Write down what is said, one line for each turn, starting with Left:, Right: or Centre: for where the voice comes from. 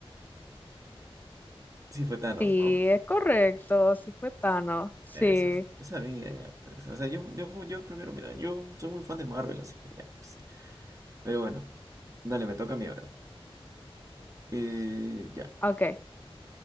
Right: Sí, fue Thanos,
Left: Sí,
Right: ¿no?
Left: es correcto, sí fue Thanos, sí.
Right: Eso, esa sabía ya, pues. O sea, yo, yo, ju- yo primero, mira, yo soy muy fan de Marvel, así que ya, pues. Pero bueno, dale, me toca a mí ahora. Eh, ya.
Left: Ok.